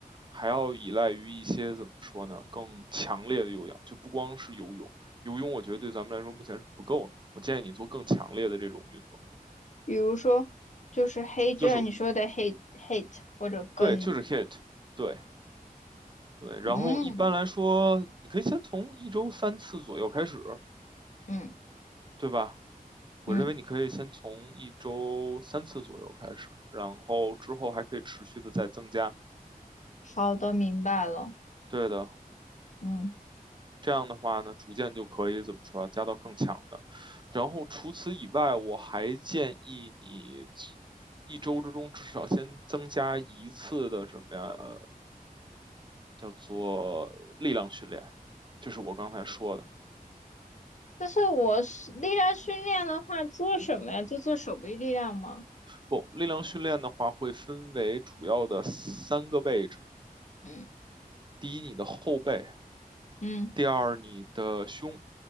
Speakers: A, on the right; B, on the left.
A: 还要依赖于一些怎么说呢，更强烈的有氧，就不光是游泳，游泳我觉得对咱们来说目前是不够的，我建议你做更强烈的这种运动，
B: 比如说就是黑，就像你说的
A: 就是
B: hate hate 或者更，
A: 对，就是 h i I t 对。对，然后一般来说，
B: 嗯
A: 你可以先从一周三次左右开始，
B: 嗯
A: 对吧？我认为你可以先从一周三次左右开始，
B: 嗯，
A: 然后之后还可以持续的再增加。
B: 好的，明白了，
A: 对的，
B: 嗯。
A: 这样的话呢，逐渐就可以怎么说啊，加到更强的。然后除此以外，我还建议你一周之中至少先增加一次的什么呀，呃，叫做力量训练，就是我刚才说的。
B: 但是我是力量训练的话，做什么呀？就做手臂力量吗？
A: 不，力量训练的话会分为主要的三个位置：
B: 嗯
A: 第一，你的后背；
B: 嗯
A: 第二，你的胸；